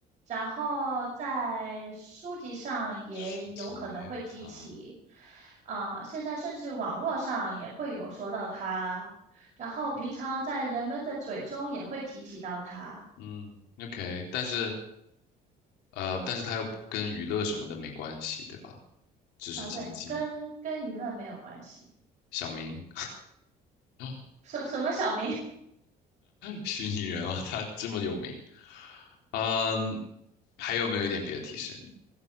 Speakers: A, on the right; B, on the left.
A: 然后在书籍上也有可能会提起，
B: 书籍也有他。
A: 啊、现在甚至网络上也会有说到他，然后平常在人们的嘴中也会提起到他，
B: 嗯，OK，但是呃，但是它又跟娱乐什么的没关系，对吧？只是经济。
A: 啊、对，跟跟舆论没有关系。
B: 小明，<laughs>
A: 什什么小明？
B: 虚拟人啊，他这么有名。嗯，还有没有一点别的提示？